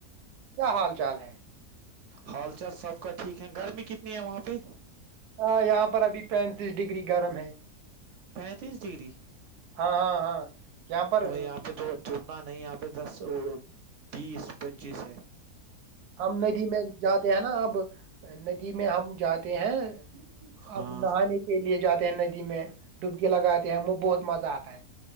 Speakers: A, on the right; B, on the right.
A: کیا حال چال ہے
B: حال چال سب کا ٹھیک ہے گرمی کتنی ہے وہاں پہ
A: ہاں یہاں پر ابھی پینتیس ڈگری گرم ہے
B: پینتیس ڈگری
A: ہاں ہاں ہاں یہاں پر
B: اور یہاں پہ تو تھوک نہیں یہ پہ دس بیس پچیس ہے
A: ہم ندی میں جاتے ہیں نا اب ندی میں ہم جاتے ہیں
B: ہاں
A: اپ نہانے کے لیے جاتے ندی میں ڈبکی لگاتے ہیں ہم بہت مزہ آتا ہے